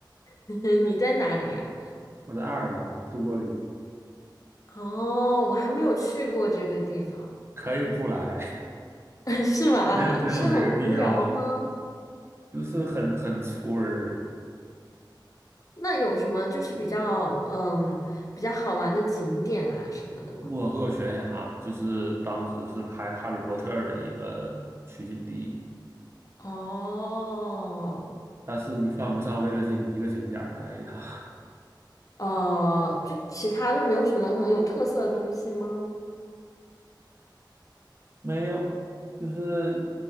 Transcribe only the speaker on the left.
<laughs> 你在哪里呀？
哦，我还没有去过这个地方，
<laughs> 是吗？
是很无聊吗？
那有什么就是比较嗯比较好玩的景点啊什么的吗？
哦，
哦，就其他的没有什么很有特色的东西吗？